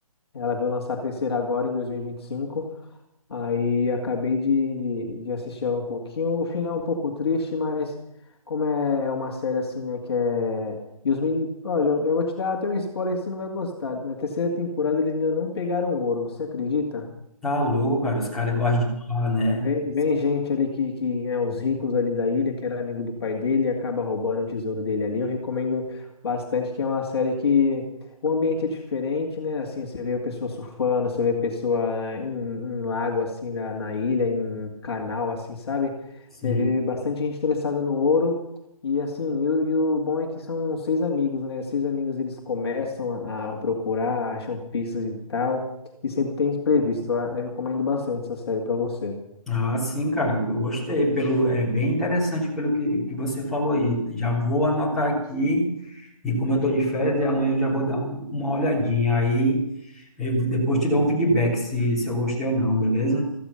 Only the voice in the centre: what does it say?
Tá louco, cara. Os caras gostam de falar, né?
Sim.
Ah, sim, cara. eu Gostei. Pelo, é bem interessante pelo que, que você falou aí. Já vou anotar aqui. E como eu tô de férias, e amanhã eu já vou dar um- uma olhadinha. Aí eu depois te dou um feedback se, se eu gostei ou não, beleza?